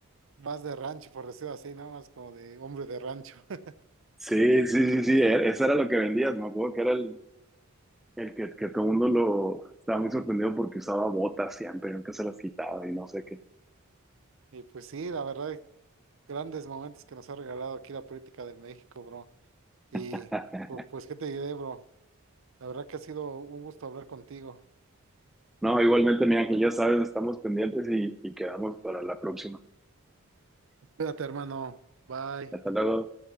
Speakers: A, on the right; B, in the centre.
A: más de rancho, por decirlo así, ¿no? Más como de hombre de rancho. <laughs>
B: sí, sí, sí, sí, e- eso era lo que vendías, me acuerdo que era el, el que, que todo el mundo lo estaba muy sorprendido porque usaba botas siempre, nunca se las quitaba y no sé qué.
A: Y pues sí, la verdad, grandes momentos que nos ha regalado aquí la política de México, bro. Y
B: <laughs>
A: pu- pues, ¿qué te diré, bro? La verdad que ha sido un gusto hablar contigo.
B: No, igualmente, mi Ángel, ya sabes, estamos pendientes y, y quedamos para la próxima.
A: Cuídate, hermano. Bye.
B: Hasta luego.